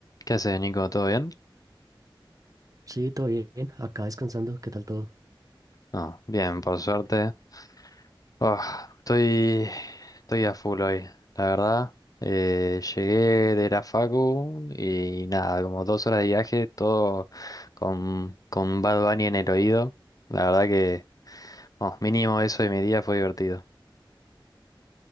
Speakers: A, on the left; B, on the right.
A: ¿Qué haces, Nico? ¿Todo bien?
B: Sí, todo bien. Acá descansando. ¿Qué tal todo?
A: No, bien, por suerte. Ah, estoy, estoy a full hoy, la verdad. Eh, llegué de la facu y nada, como dos horas de viaje, todo con, con Bad Bunny en el oído. La verdad que, vamos, mínimo eso de mi día fue divertido.